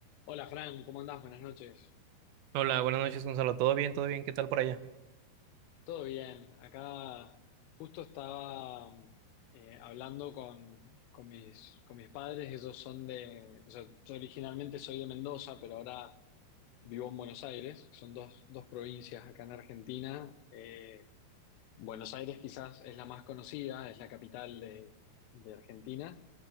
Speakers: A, on the left (about 85°); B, on the right (about 85°).
A: Hola Fran, ¿cómo andás? Buenas noches.
B: Hola, buenas noches, Gonzalo. ¿Todo bien? ¿Todo bien? ¿Qué tal por allá?
A: ¿Todo bien? Acá justo estaba eh, hablando con, con mis, con mis padres, ellos son de, o sea, yo originalmente soy de Mendoza, pero ahora vivo en Buenos Aires, que son dos, dos provincias acá en Argentina. Eh, Buenos Aires quizás es la más conocida, es la capital de, de Argentina,